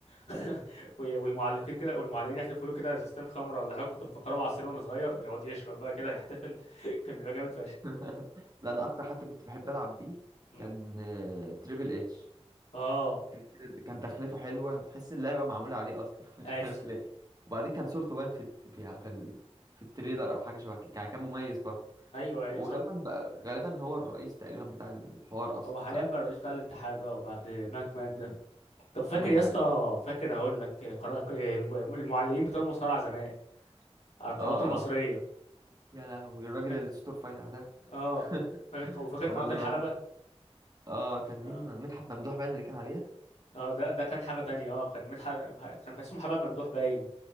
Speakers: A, on the left; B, on the right.
A: <laughs> وي- والمعلقين كده والمعلقين يحتفلوا له كده ازازتين خمره ولا حاجه كنت مفكره عصير وانا صغير يقعد يشرب بقى كده يحتفل <laughs> كان بيبقى جامد فشخ
B: <laughs> لا انا اكتر حد كنت بحب العب بيه
A: مم.
B: كان آه، تريبل اتش
A: اه
B: كان كده كان دخلته حلوه تحس اللعبه معموله عليه اصلا <laughs> مش
A: ايوه
B: عارف ليه وبعدين كان صورته باين في في في, ال... في التريلر او حاجه شبه كده يعني كان مميز برضه
A: ايوه ايوه
B: وغالبا
A: صح
B: بقى غالبا هو الرئيس تقريبا بتاع الحوار اصلا
A: هو حاليا
B: صح
A: بقى الرئيس بتاع الاتحاد اه بعد ماك مان ده
B: م.
A: طب فاكر
B: ايوه
A: يا اسطى
B: ايوه
A: فاكر هقول لك قرار الم- المعلقين بتوع المصارعه زمان على القنوات
B: اه
A: المصرية
B: اه يا لهوي الراجل
A: فاكر
B: اللي صوته رفيع ده
A: اه
B: <laughs>
A: فاكر وفاكر
B: هو
A: قناة
B: اللي
A: الحلبة
B: ممدوح اه كان مين
A: اه
B: مدحت ممدوح باين اللي كان عليه
A: اه ده ده كان حاجة تانية اه كان مدح... كان اسمه محمد ممدوح باين